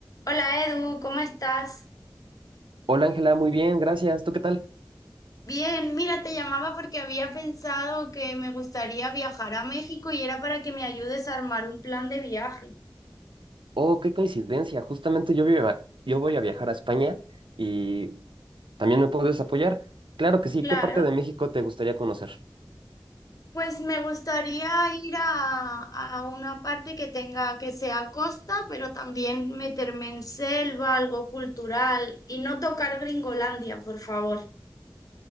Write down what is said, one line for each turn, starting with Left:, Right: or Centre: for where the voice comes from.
Left: Hola Edu, ¿cómo estás?
Right: Hola Ángela, muy bien, gracias. ¿Tú qué tal?
Left: Bien, mira, te llamaba porque había pensado que me gustaría viajar a México y era para que me ayudes a armar un plan de viaje.
Right: Oh, qué coincidencia. Justamente yo, viva- yo voy a viajar a España y también me puedes apoyar. Claro que sí.
Left: Claro,
Right: ¿Qué parte de México te gustaría conocer?
Left: pues me gustaría ir a, a una parte que tenga, que sea costa, pero también meterme en selva, algo cultural y no tocar Gringolandia, por favor.